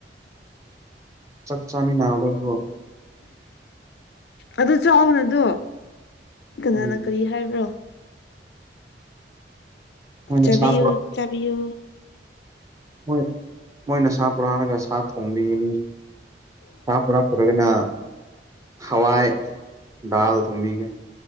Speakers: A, on the right; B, on the left.
A: ꯆꯥꯛ ꯆꯥꯃꯤꯟꯅꯕꯗꯕꯨ
B: ꯑꯗꯨ ꯆꯥꯎꯅ‌ꯣꯗꯣ ꯀꯅꯥꯅ
A: ꯎꯝ
B: ꯀꯔꯤ ꯍꯥꯏꯕ꯭ꯔꯣ
A: ꯃꯣꯏꯅ
B: ꯆꯥꯕꯤꯌꯨ
A: ꯁꯥ
B: ꯆꯥꯕꯤꯌꯨ
A: ꯃ‌ꯣꯏ ꯃꯣꯏꯅ ꯁꯥ ꯄꯨꯔꯑꯒ ꯁꯥ ꯊꯣꯡꯕꯤꯒꯅꯤ ꯁꯥ ꯄꯨꯔꯛ ꯇ꯭ꯔꯒꯅ ꯍꯋꯥꯏ ꯗꯥꯜ ꯊꯣꯡꯕꯤꯒꯦ